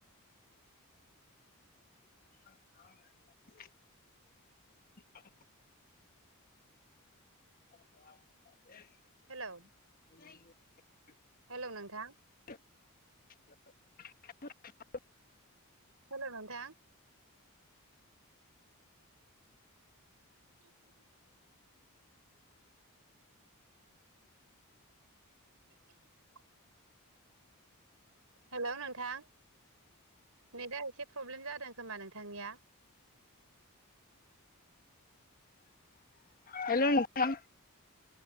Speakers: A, on the left; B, on the right.
A: <unintelligible> <inaudible>
B: हेलौ
A: <inaudible>
B: हेलौ नोंथां
A: <inaudible>
B: हेलौ नोंथां <inaudible> <unintelligible> हेलौ नोंथां नेदा एसे प्रब्लेम जादों खोमा नोंथांनिया
A: हेलौ नोंथां